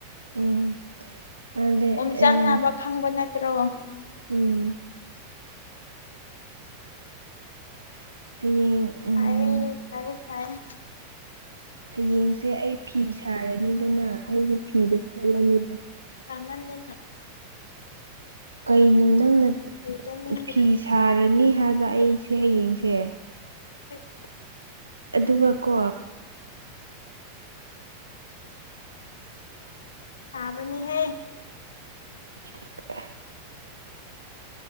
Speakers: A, on the right; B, on the left.
A: ꯎꯝ ꯑꯗꯦ
B: ꯑꯣꯝ ꯆꯥꯛ
A: ꯑꯦ
B: ꯅꯥꯕ ꯈꯪꯕ ꯅꯠꯇ꯭ꯔꯣ?
A: ꯎꯝ ꯍꯌꯦꯡ ꯎꯝ
B: ꯁꯥꯌꯦ ꯁꯥꯌꯦ ꯁꯥꯌꯦ
A: ꯍꯌꯦꯡꯁꯦ ꯑꯩ ꯐꯤ ꯁꯥꯔꯅꯤꯗꯅ ꯑꯩꯒꯤ ꯐꯤꯗꯨ ꯐꯣꯠꯂꯅꯤ꯫
B: ꯁꯥꯃꯟꯗꯅ
A: ꯀꯩꯅꯣ ꯅꯪꯅ
B: ꯂꯩꯖꯅꯤꯡꯗ꯭ꯔꯦ
A: ꯐꯤ ꯁꯥꯔꯅꯤ ꯍꯥꯏꯕ ꯑꯩꯁꯦ ꯍꯌꯦꯡꯁꯦ꯫
B: ꯑ <inaudible>
A: ꯑꯗꯨꯒ ꯀꯣ꯫
B: ꯁꯥꯕꯅꯤ ꯍꯦ
A: <inaudible>